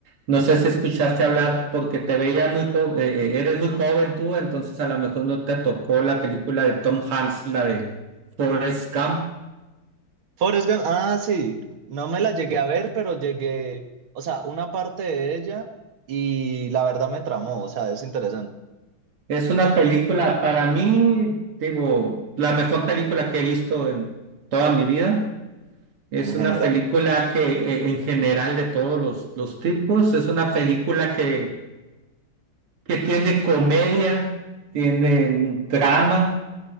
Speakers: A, on the right; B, on the right.
A: No sé si escuchaste hablar porque te veía muy joven, eres muy joven tú, entonces a lo mejor no te tocó la película de Tom Hanks, la de Forrest Gump.
B: Forrest Gump, ah, sí, no me la llegué a ver, pero llegué, o sea, una parte de ella y la verdad me tramó, o sea, es interesante
A: Es una película, para mí, digo, la mejor película que he visto en toda mi vida. Es
B: en
A: una
B: general.
A: película que eh, en general de todos los, los tipos, es una película que, que tiene comedia, tiene drama,